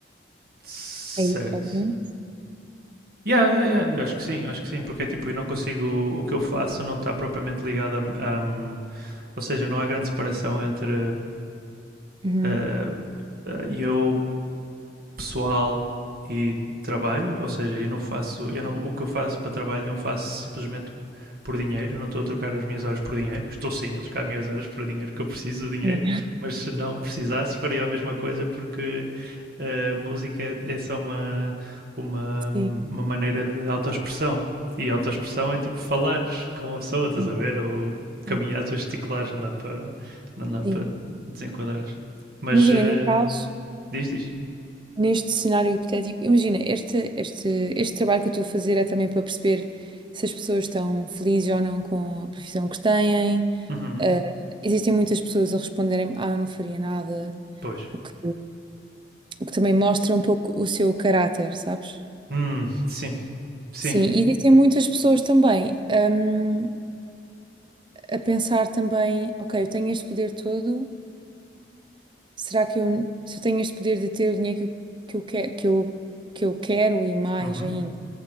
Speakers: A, on the right; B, on the right.
A: Certo.
B: É isso, basicamente.
A: Yeah, yeah, yeah. Eu acho que sim, eu acho que sim, porque é tipo, eu não consigo. O que eu faço não está propriamente ligado a, a- hum, Ou seja, não há grande separação entre.
B: Uhum.
A: eh, eh, eu pessoal e trabalho, ou seja, eu não faço, eu não, o que eu faço para trabalho não faço simplesmente por dinheiro, não estou a trocar as minhas horas por dinheiro, estou sim a trocar as minhas horas por dinheiro, porque eu preciso do dinheiro,
B: Sim,
A: mas se não precisasse faria a mesma coisa porque a música é só uma, uma, uma
B: Sim,
A: maneira de autoexpressão. E autoexpressão é tipo falares com uma pessoa, estás
B: sim,
A: a ver? Ou caminhares
B: sim.
A: ou gesticulares, não dá para não dá
B: sim.
A: para desenquadrares. Mas
B: Imagina,
A: uh,
B: no caso.
A: diz, diz.
B: Neste cenário hipotético, imagina, este, este, este trabalho que eu estou a fazer é também para perceber se as pessoas estão felizes ou não com a profissão que têm.
A: Uhum,
B: Ah, existem muitas pessoas a responderem, ah, eu não faria nada,
A: pois.
B: o que, o que também mostra um pouco o seu caráter, sabes?
A: Hum, sim, sim.
B: Sim, e existem muitas pessoas também, hum, a pensar também, ok, eu tenho este poder todo, será que eu, se eu tenho este poder de ter o dinheiro que eu, que eu, que que eu, que eu quero e mais
A: Uhum,
B: ainda?